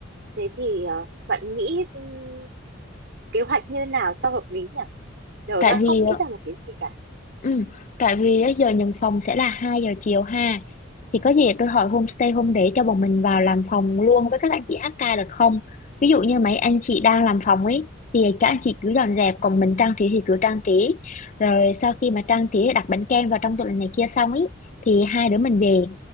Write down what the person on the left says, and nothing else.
tại
vì
ờ,
Ừ, tại vì á, giờ nhận phòng sẽ là 2 giờ chiều ha. Thì có gì tôi hỏi homestay hôm để cho bọn mình vào làm phòng luôn với các anh chị HK được không? Ví dụ như mấy anh chị đang làm phòng ấy thì các anh chị cứ dọn dẹp còn mình trang trí thì cứ trang trí. Rồi sau khi mà trang trí đặt bánh kem vào trong tủ lạnh này kia xong ấy thì hai đứa mình về